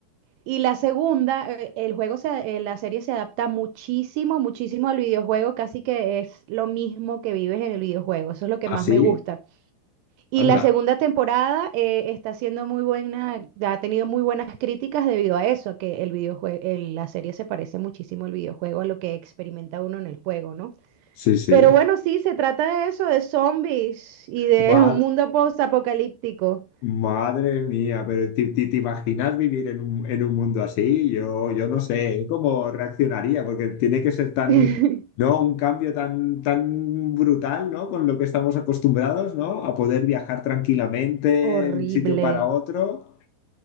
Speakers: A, on the right (about 80°); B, on the left (about 75°).
A: Y la segunda, eh, el juego se, eh, la serie se adapta muchísimo, muchísimo al videojuego, casi que es lo mismo que vives en el videojuego, eso es lo que
B: Ah,
A: más
B: sí,
A: me gusta. Y
B: anda,
A: la segunda temporada eh, está siendo muy buena, ha tenido muy buenas críticas debido a eso, a que el videojuego, la serie se parece muchísimo al videojuego, a lo que experimenta uno en el juego, ¿no?
B: sí, sí.
A: Pero bueno, sí, se trata de eso, de zombies y de
B: Madre
A: un mundo post-apocalíptico.
B: Madre mía, pero ¿te, te- te imaginas vivir en un, en un mundo así? Yo, yo no sé cómo reaccionaría, porque tiene que ser tan,
A: <laughs>
B: ¿no? Un cambio tan, tan brutal, ¿no? Con lo que estamos acostumbrados, ¿no? A poder viajar tranquilamente
A: Horrible.
B: de un sitio para otro.